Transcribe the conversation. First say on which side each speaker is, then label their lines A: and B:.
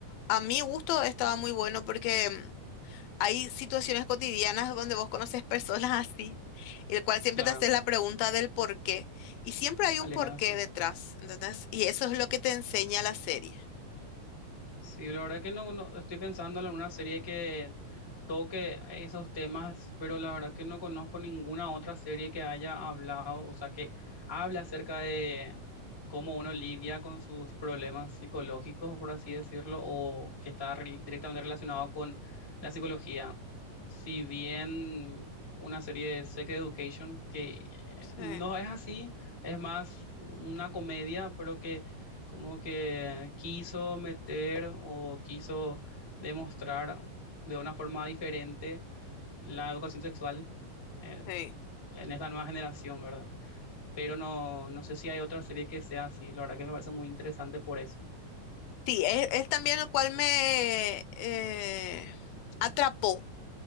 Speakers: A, on the left (about 80°); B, on the left (about 35°).
A: a mi gusto estaba muy bueno porque mm, hay situaciones cotidianas donde vos conoces personas <laughs> así, el cual siempre
B: claro,
A: te haces la pregunta del por qué. Y siempre hay un
B: Alena,
A: porqué detrás, ¿entendés? Y eso es lo que te enseña la serie.
B: Sí, la verdad que no, no- estoy pensando en una serie que toque esos temas, pero la verdad que no conozco ninguna otra serie que haya hablado, o sea, que habla acerca de cómo uno lidia con sus problemas psicológicos, por así decirlo, o que está rel- directamente relacionado con la psicología. Si bien una serie de Sex Education que eh,
A: Sí,
B: no es así, es más una comedia, pero que como que quiso meter o quiso demostrar de una forma diferente la educación sexual eh,
A: sí.
B: en esta nueva generación, ¿verdad? Pero no, no sé si hay otra serie que sea así, la verdad que me parece muy interesante por eso.
A: Sí, es, es también el cual me eh, atrapó.